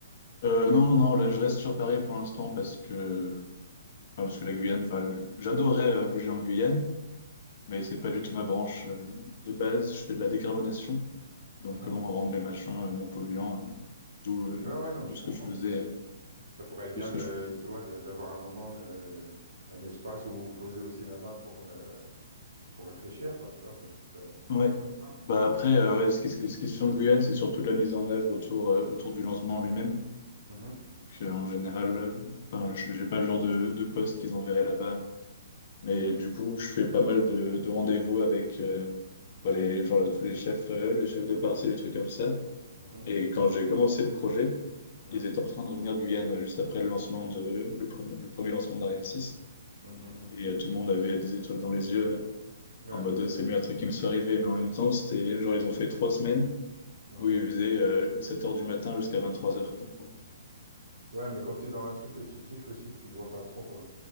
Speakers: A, on the left (about 50°); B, on the right (about 75°).
A: Euh, non, non, non, là je reste sur Paris pour l'instant parce que, enfin, parce que la Guyane, enfin, j'adorerais euh, bouger en Guyane, mais c'est pas du tout ma branche euh, de base. Je fais de la décarbonation, donc
B: Mhm.
A: comment rendre les machins euh, moins polluants, euh, d'où euh,
B: Ouais, ouais, non, mais je
A: d'où ce
B: comprends,
A: que je faisais,
B: mais c'est-
A: euh,
B: ça pourrait être bien
A: de ce
B: de,
A: que je...
B: tu vois, de- d'avoir un moment de, un espace où vous posez aussi là-bas pour, euh, pour réfléchir, quoi, tu vois, ça, ça, ça
A: Ouais.
B: mange pas de pain.
A: Bah après, euh, ouais, ce qui, se- ce qui se fait en Guyane, c'est surtout de la mise en œuvre autour, euh, autour du lancement lui-même.
B: Mhm,
A: que, en général, euh, enfin, je- j'ai pas le genre de, de poste qu'ils enverraient là-bas. Mais du coup, je fais pas mal de, de rendez-vous avec euh, bah, les, genre, là, tous les chefs, euh, les chefs de parti, les trucs comme ça.
B: mhm,
A: Et quand j'ai commencé le projet,
B: mhm,
A: ils étaient en train de revenir de Guyane juste après le lancement de, le, pre- le premier lancement d'Ariane 6.
B: mhm, mhm.
A: Et euh, tout le monde avait des étoiles dans les yeux, hein,
B: Ouais,
A: en mode
B: tu m'étonnes.
A: euh, c'est le meilleur truc qui me soit arrivé. Mais en même temps, c'était genre ils ont fait trois semaines
B: Mhm.
A: où ils faisaient euh, sept heures du matin jusqu'à 23h, quoi.
B: Ouais, mais quand tu es dans un truc que tu kiffes aussi, tu vois pas trop, quoi.